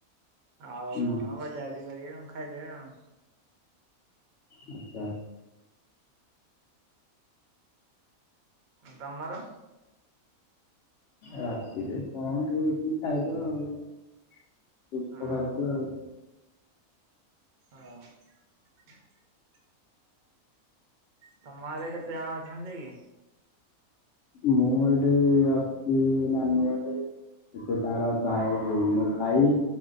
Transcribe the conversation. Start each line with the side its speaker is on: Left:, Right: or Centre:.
Right: ଆଉ
Left: ହୁଁ
Right: କଣ ବଜା ବାଜି କରିବି ଆଉ। ଖାଇଦେବେ ଆଉ।
Left: ଆଚ୍ଛା।
Right: ତମର?
Left: ରାତିରେ କଣ? ସବୁ ବିକିକି ଖାଇଲ ଆଉ। ସୂକ୍ଷ୍ମ
Right: ହଁ
Left: ଖାଦ୍ୟ ଆଉ।
Right: ହଁ। <inaudible> ତମ ଆଡେ କେତେ ଜଣ ଅଛନ୍ତି କି।
Left: ମୁଁ ଏଠି ଅଛି ନାନୀ ଘଟି ଏଠି ତାର ଭାଇ ଯୋଉ ମୋ ଭାଇ।